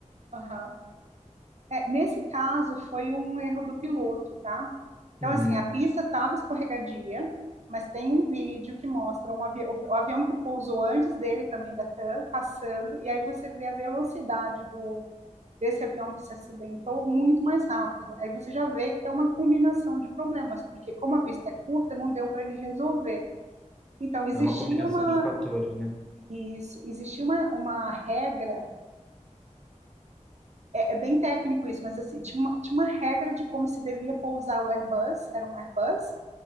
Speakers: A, on the right; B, in the centre.
A: Aham. É, nesse caso, foi um erro do piloto, tá? Então,
B: Uhum.
A: assim, a pista estava escorregadia, mas tem um vídeo que mostra um avi o avião que pousou antes dele também da TAM passando, e aí você vê a velocidade do desse avião que se acidentou muito mais rápida. Aí você já vê que é uma combinação de problemas, porque como a pista é curta, não deu para ele resolver. Então, existia
B: É uma combinação
A: uma,
B: de fatores, né?
A: isso, existia uma, uma regra, é, é bem técnico isso, mas assim, tinha uma, tinha uma regra de como se devia pousar o Airbus, era um Airbus,